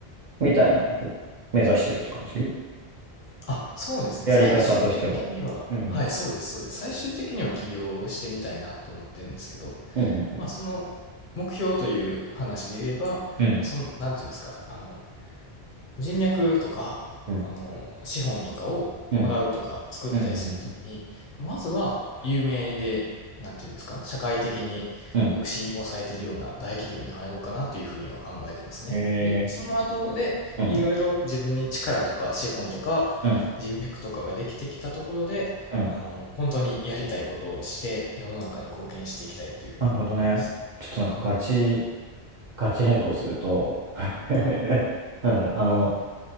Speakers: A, on the right; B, on the left.
A: みたいなことを目指してるって感じ
B: あ、そうですね。
A: やり方としては。
B: 最終的には、
A: うん
B: はい、そうです、そうです。最終的には起業をしてみたいなと思ってるんですけど、
A: うんうん
B: まあ、その目標という話で言えば、まあ、
A: うんうん
B: その、なんていうんですか、あの、人脈とか、
A: うん
B: あの、資本とかをもらうとか作ったりするために、
A: うんうんうんうんうん
B: まずは有名で、
A: うん
B: なんていうんですか、社会的にこう信用されているような大企業に入ろうかなというふうには考えてますね。
A: うんえ
B: で、その後で、
A: ーうん
B: いろいろ自分に力とか資本とか人脈とかができてきたところで、
A: うんうんうん
B: あの、本当にやりたいことをして世の中に貢献していきたいっていうふうに思ってます。
A: なるほどね。ちょっとなんかガチガチ返答すると
B: はい。
A: <laughs> なんだろう、あの、